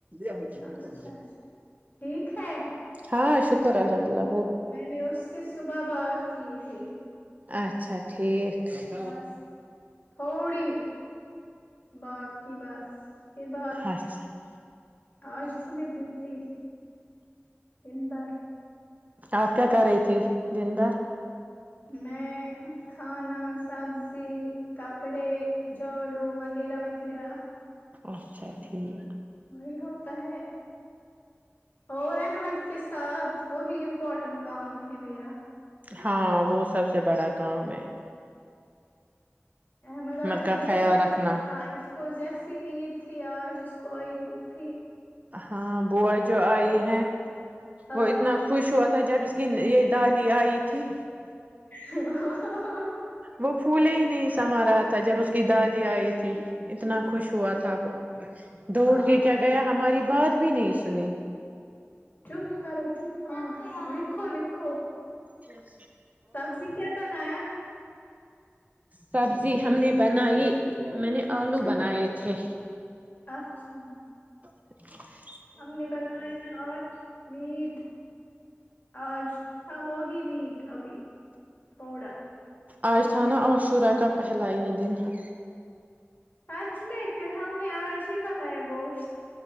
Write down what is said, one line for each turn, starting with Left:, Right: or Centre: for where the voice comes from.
Right: ہممم
Left: اچھا اچھا ٹھیک ہے
Right: ہاں شک شکر الحمدللہ
Left: میں نے اس سے صبح بات کی تھی
Right: اچھا ٹھیک <inaudible>
Left: بس تھوڑی بات کی بات اس کے بعد
Right: اچھا
Left: آج تھی میں بزی دن بھر
Right: آپ کیا کر رہی تھی دن بھر
Left: میں کھانا سبزی کپڑے جاڑو وغیرہ وغیرہ
Right: اچھا ٹھیک
Left: وہی ہوتا ہے اور احمد کے ساتھ وہی امپورٹنٹ کام ہے میرا
Right: ہاں وہ سب سے بڑا کام ہے
Left: احمد آج
Right: کا
Left: بہت
Right: خیال رکھنا
Left: خوش تھا اس کو جیسی عید بھی آج آئی اس کوئی پوپھی
Right: ہاں بوا جو آئی ہے
Left: ہاں
Right: وہ اتنا خوش ہوا جب اس کہ یہ دادی آئی تھی
Left: ہاں
Right: وہ پھولے ہی نہیں سما رہا تھا جب اس کی دادی آئی تھی اتنا خوش ہوا تھا وہ دوڑ
Left: ہاں
Right: کے کیا گیا ہماری بات بھی نہیں سنی
Left: چپ کرو چپ ہاں لکھو لکھو
Right: جچ
Left: سبزی کیا بنایا
Right: سبزی ہم نے بنائی میں نے آلو بنائے تھے
Left: اچھا
Right: جچ
Left: ہم نے بنایا آج میٹ آج تھا وہی میٹ ابھی تھوڑا فریج
Right: آاج تھھانا
Left: میں
Right: آشورت کا پہلا یہ دن ہے
Left: سچ میں پھر ہم نے آج ہی بنایا گوشت